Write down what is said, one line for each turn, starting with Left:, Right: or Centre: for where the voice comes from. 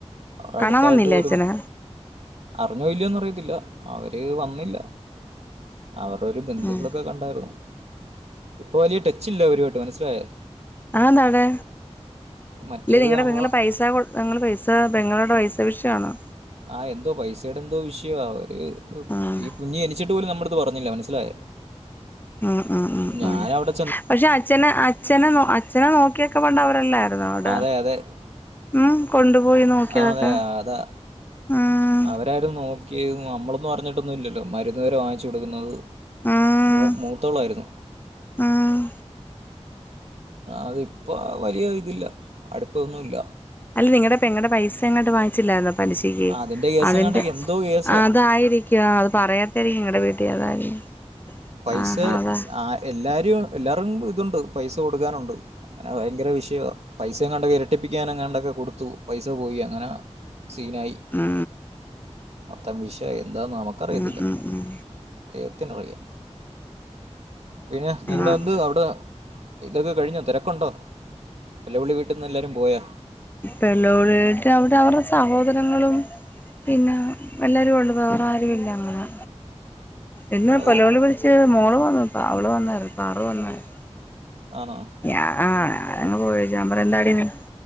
Right: അവടെ
Left: കാണാൻ
Right: അടുത്തായിട്ട്
Left: വന്നില്ലേ
Right: പോലും.
Left: അച്ഛനെ
Right: അറിഞ്ഞോ ഇല്ലയോന്ന അറിയത്തില്ല അവര് വന്നില്ല. അവരടെ ഒരു ബന്ധുക്കളൊക്കെ
Left: ഉം
Right: കണ്ടായിരുന്നു ഇപ്പൊ വലിയ ട്ടെച്ചില്ല അവരുമായിട്ട് മനസ്സിലായാ
Left: അതെന്താ അവടെ
Right: മറ്റേത്
Left: ഇല്ല നിങ്ങളെ
Right: നമ്മൾ
Left: പെങ്ങള് പൈസ കൊട് ഞങ്ങള് പൈസ പെങ്ങളവടെ പൈസ വിശയാണോ?
Right: ആഹ് എന്തോ പൈസയുടെ എന്തോ വിഷയവാ അവര്
Left: ആഹ്
Right: ഈ കുഞ്ഞ് ജനിച്ചി- ട്ട് പോലും ന്നമ്മടത്ത് പറഞ്ഞില്ല മനസ്സിലായോ
Left: ഉം ഉം ഉം
Right: ഞാനവടെ
Left: ഉം പക്ഷെ അച്ഛന അച്ഛനെ ന്നൊ അച്ഛനെ നോക്കിയൊക്കെ പണ്ട് അവരെല്ലായിരുന്നൊ അവടെ.
Right: അതെ അതെ
Left: മ് കൊണ്ടുപോയി നോക്കിയതൊക്കെ
Right: ആ, അതെ അതാ
Left: ഉം
Right: അവരാരും നോക്കിയതും നമ്മളൊന്നും അറിഞ്ഞിട്ടൊന്നും ഇല്ലല്ലോ മരുന്ന് വരെ വാങ്ങിച്ചു കൊടുക്കുന്നത്.
Left: ഉം
Right: മൂ മൂത്തോളായിരുന്നു
Left: ഉം
Right: അതിപ്പോ വലിയ ഇതില്ല അടുപ്പൊന്നുല്ല
Left: അല്ല നിങ്ങടെ പെങ്ങടെ പൈസ എങ്ങാണ്ട് വാങ്ങിച്ചില്ലായിരുന്നോ പലിശയ്ക്ക്
Right: അതിൻ്റെ കേസ്
Left: അതിന്റെ
Right: എങ്ങാണ്ടൊക്കെ എന്തോ കേസാണ്
Left: അതായിരിക്കും അത് പറയാത്തായിരിക്കും നിങ്ങടെ വീട്ടില് അതായിരിക്കും.
Right: പൈസ
Left: ആഹാ അതാ
Right: ആ എല്ലാരും എല്ലാർക്കും ഇതുണ്ട് പൈസ കൊടുക്കാനുണ്ട്. അങ്ങനെ ഭയങ്കര വിഷയ വാ പൈസ എങ്ങാണ്ടൊക്കെ ഇരട്ടിപ്പിക്കാൻ എങ്ങാണ്ടൊക്കെ കൊടുത്തു പൈസ പോയി അങ്ങനാ- സീനായി
Left: ഉം
Right: മൊത്തം വിഷയായി എന്താന്ന് ന്നമക്കറിയത്തില്ല
Left: ഉം ഉം ഉം
Right: ദെയ് വത്തിനറിയാം പിന്നെ നിങ്ങളെന്ത്
Left: ആഹ്
Right: അവിടെ ഇതൊക്കെ കഴിഞ്ഞോ തിരക്കുണ്ടോ? ന്നിലവിൽ വീട്ട്ന്ന് എല്ലാരും പോയാ
Left: ഇപ്പള്ളോരെയ്ട്ട് അവര് അവരുടെ സഹോദരങ്ങളും. പിന്നെ വെല്ലരും ഇണ്ട് വേറെ ആരുല്ല അങ്ങനെ ഇന്ന്
Right: ഓ
Left: പലവളി വിളിച്ച് മോള് വന്നു അവള് വന്നായിരുന്നു സാറ് വന്നായ്രുന്നു
Right: ആന്നൊ
Left: ഞാ ആ നങ് പോയേച്ച് അപ്പറെ എന്താടി ന്നി-